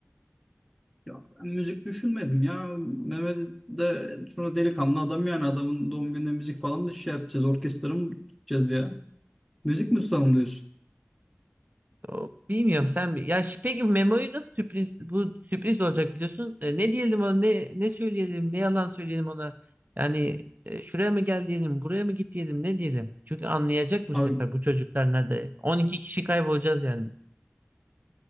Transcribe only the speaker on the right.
O, Bilmiyorum sen bi- ya şi- peki bu memoyu nasıl sürpriz bu sürpriz olacak biliyorsun. E, ne diyelim ona ne ne söyleyelim ne yalan söyleyelim ona. Yani e, şuraya mı gel diyelim buraya mı git diyelim ne diyelim. Çünkü anlayacak bu
sefer bu çocuklar nerede. 12 kişi kaybolacağız yani.